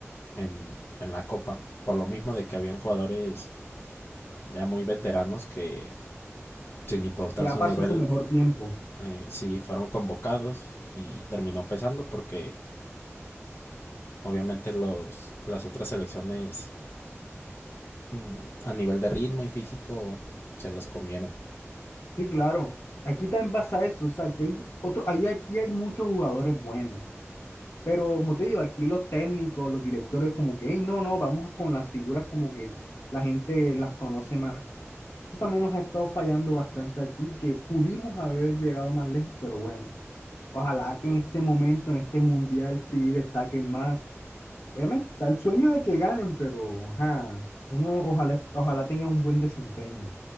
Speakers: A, on the left (about 50°); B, on the left (about 75°).
A: en, en la Copa, por lo mismo de que habían jugadores ya muy veteranos que sin importar
B: ya
A: su
B: pasó
A: nivel
B: su mejor tiempo.
A: eh, sí fueron convocados y terminó pesando porque obviamente los, las otras selecciones mm, a nivel de ritmo y físico se las comieron.
B: Sí, claro. Aquí también pasa eso, o sea, que hay otro, ahí aquí hay muchos jugadores buenos Pero como te digo, aquí los técnicos, los directores, como que, hey, no, no, vamos con las figuras como que la gente las conoce más. Eso también nos ha estado fallando bastante aquí, que pudimos haber llegado más lejos, pero bueno, ojalá que
A: Y-
B: en este momento, en este mundial, sí destaquen más. Obviamente, está el sueño de que ganen, pero ajá, uno ojalá, ojalá tenga un buen desempeño.